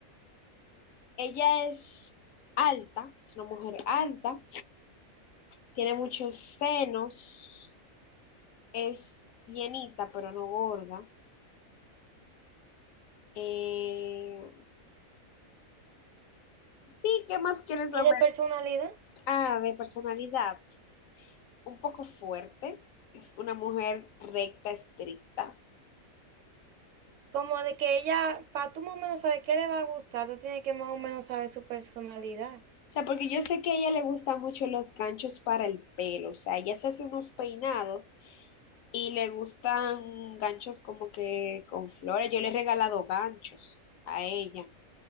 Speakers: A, on the left; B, on the right.
A: Ella es alta, es una mujer alta, tiene muchos senos, es llenita, pero no gorda. Eh, sí, ¿qué más quieres
B: y
A: saber?
B: de personalidad,
A: Ah, de personalidad, un poco fuerte, es una mujer recta, estricta.
B: como de que ella, para tú más o menos saber qué le va a gustar, tú tienes que más o menos saber su personalidad.
A: O sea, porque yo sé que a ella le gustan mucho los ganchos para el pelo, o sea, ella se hace unos peinados y le gustan ganchos como que con flores. Yo le he regalado ganchos a ella.